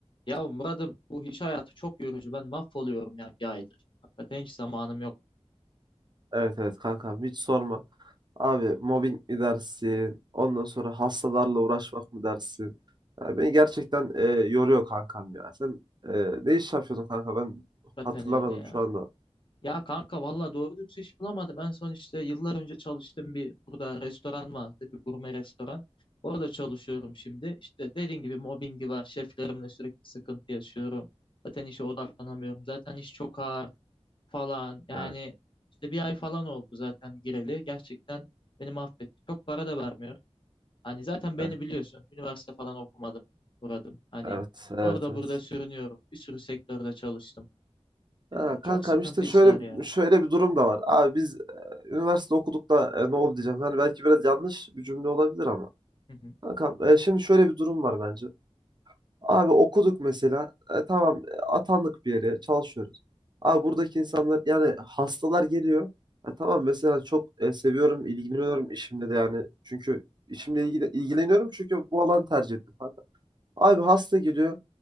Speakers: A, on the left; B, on the right.
A: Ya Murat'ım bu iş hayatı çok yorucu. Ben mahvoluyorum ya bir aydır. Hakikaten hiç zamanım yok.
B: Evet evet kankam hiç sorma. Abi mobbing mi dersin? Ondan sonra hastalarla uğraşmak mı dersin? Ya beni gerçekten e, yoruyor kankam ya. Sen e, ne iş yapıyordun kanka? Ben
A: Hakikaten
B: hatırlamadım
A: öyle ya.
B: şu anda.
A: Ya kanka valla doğru dürüst iş bulamadım. En son işte yıllar önce çalıştığım bir burada restoran vardı. Bir gurme restoran. Orada çalışıyorum şimdi. İşte dediğin gibi mobbingi var. Şeflerimle sürekli sıkıntı yaşıyorum. Zaten işe odaklanamıyorum. Zaten iş çok ağır falan. Yani
B: Evet
A: işte bir ay falan oldu zaten gireli. Gerçekten beni mahvetti. Çok para da vermiyor. Hani zaten
B: evet
A: beni biliyorsun. Üniversite falan okumadım, buradım. Hani
B: evet evet.
A: orada
B: evet.
A: burada sürünüyorum. Bir sürü sektörde çalıştım.
B: Ha,
A: Ee,
B: kankam
A: çok sıkıntı
B: işte
A: işler
B: şöyle
A: ya.
B: şöyle bir durum da var. Abi biz e, üniversite okuduk da e, ne oldu diyeceğim. Yani belki biraz yanlış bir cümle olabilir ama.
A: Hı hı.
B: Kankam e, şimdi şöyle bir durum var bence. Abi okuduk mesela. E, tamam e, atandık bir yere çalışıyoruz. Abi buradaki insanlar yani hastalar geliyor. E, tamam mesela çok e, seviyorum, ilgileniyorum işimle de yani. Çünkü işimle ilgili, ilgileniyorum çünkü bu alanı tercih ettim falan. Abi hasta geliyor.